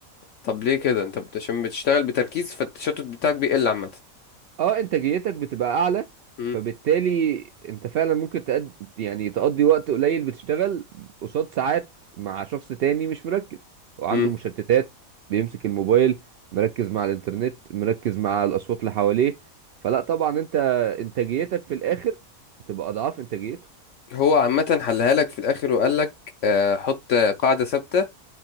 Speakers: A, on the left; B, on the right.
A: طب ليه كده انت بت- عشان بتشتغل بتركيز فالتشتت بتاعك بيقل عامة
B: اه انتاجيتك بتبقى اعلى
A: امم
B: فبالتالي انت فعلا ممكن تقد... يعني تقضي وقت قليل بتشتغل قصاد ساعات مع شخص تاني مش مركز وعنده
A: امم
B: مشتتات بيمسك الموبايل مركز مع الانترنت مركز مع الاصوات اللي حواليه فلا طبعا انت انتاجيتك في الاخر هتبقى اضعاف انتاجيته
A: هو عامة حلها لك في الاخر وقال لك آه حط قاعدة ثابتة